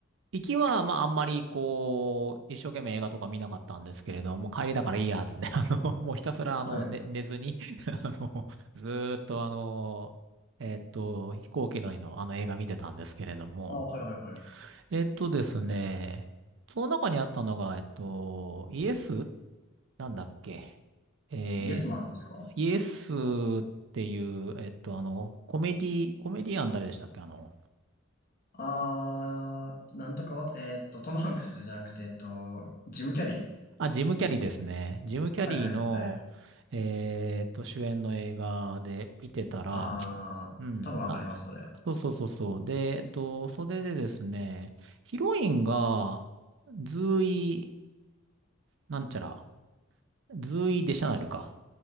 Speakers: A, on the right; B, on the left.
A: 行きは、まあ、あんまり、こう、一生懸命映画とか見なかったんですけれども、帰りだからいいや、つね、<laughs> あの、もうひたすら、あの、
B: はい。
A: ね、寝ずに <laughs> あの、ずーっと、あの、えっと、飛行機内の、あの、映画見てたんですけれども、
B: ああ、はいはいはい。
A: えっとですね、その中にあったのが、えっと、イエスなんだっけえー
B: イエスマンですか
A: イエスっていう、えっと、あの、コメディ、コメディアン誰でしたっけあの、
B: ああー、なんとかわ、えーっと、トム・ハンクスじゃなくて、えっと、ジム・キャリー。
A: あ、ジム・キャリーですね。ジム・キャリーの、
B: はいはいはい。
A: えーっと、主演の映画で見てたら、
B: ああ、
A: うん、
B: 多分わかります、
A: あ、
B: それ。
A: そうそうそうそう。で、えっと、それでですね、ヒロインが、ズーイ、なんちゃら、ズーイ・デシャナルか。